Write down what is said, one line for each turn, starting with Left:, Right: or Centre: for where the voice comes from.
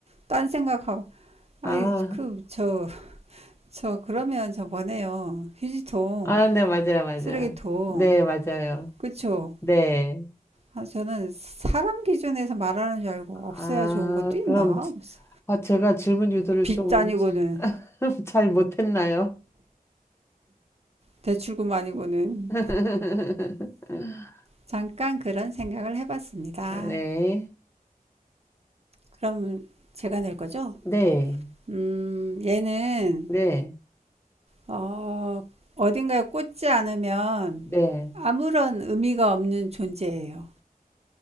Right: 딴 생각하고 아이,
Left: 아,
Right: 그, 저, 저, 그러면 저번에요. 휴지통,
Left: 아, 네, 맞아요, 맞아요.
Right: 쓰레기통,
Left: 네, 맞아요.
Right: 그쵸?
Left: 네.
Right: 아, 저는 사람 기준에서 말하는 줄 알고 없어야
Left: 아,
Right: 좋은 것도 있나?
Left: 그럼 지-
Right: 없어.
Left: 아, 제가 질문 유도를
Right: 빚
Left: 좀
Right: 아니고는,
Left: 잘 <laughs> 잘 못했나요?
Right: 대출금 아니고는.
Left: <laughs>
Right: 잠깐 그런 생각을 해봤습니다.
Left: 네,
Right: 그럼 제가 낼 거죠?
Left: 네,
Right: 음, 얘는,
Left: 네,
Right: 어, 어딘가에 꽂지 않으면
Left: 네.
Right: 아무런 의미가 없는 존재예요.